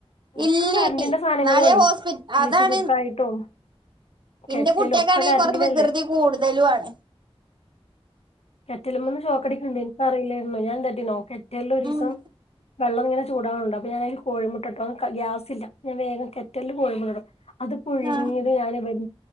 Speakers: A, on the left (about 75°); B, on the right (about 45°).
A: ഒക്ക
B: ഇല്ലേ
A: കറന്റിന്റെ സാനങ്ങളോണേ
B: നാളെ ഹോസ്പി അതാണ്
A: ഈസി കുക്കായിട്ടും
B: ഇന്റെ
A: കെറ്റലും
B: കുട്ടിയെക്കാണെങ്കിൽ
A: ഒക്കെ കറണ്ടിനല്ലേ
B: കൊറ വികൃതി കൂടുതലുആണ്
A: കെറ്റല്മേന്ന് ഷോക്കടിക്ക്ണ്ട് അറീലായിരുന്നു ഞാൻന്താട്ടിന്നൊ കെറ്റല്ല് ഒരീസം
B: ഉം
A: വെള്ളം ഇങ്ങനെചൂടാവ്ണ് ണ്ട് അപ്പ ഞാനയിൽ കോഴിമുട്ടട്ടു അ ഗ്യാസില്ല ഞാൻ വേഗം കെറ്റല്ല് കോഴിമുട അത് പുഴുങ്ങിയത്
B: ആ
A: ഞാന് വെൻ